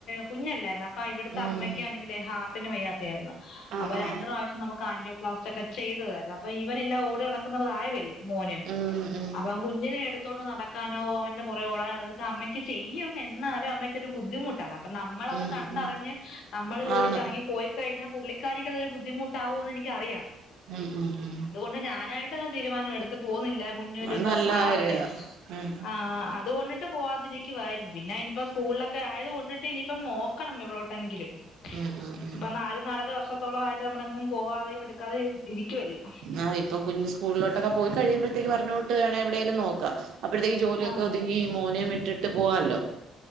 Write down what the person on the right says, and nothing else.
ഉം
ആഹ്
ആഹ്
ഉം ഉം
ഉം
ഉം
ആണ്
ഉം ഉം ഉം
അത് നല്ല
കാര്യാ ഉം
ഉം ഉം ഉം
ആഹ് ഇപ്പ കുഞ് സ്കൂളിലോട്ടൊക്കെ പോയി കഴിയുമ്പഴത്തേക്ക് പറഞ്ഞോട്ട് വേണം എവിടേലും നോക്കാ അപ്പോഴത്തേക്ക് ജോലിയൊക്കെ
ഒതുങ്ങി മോനും വിട്ടിട്ട് പോവാമല്ലോ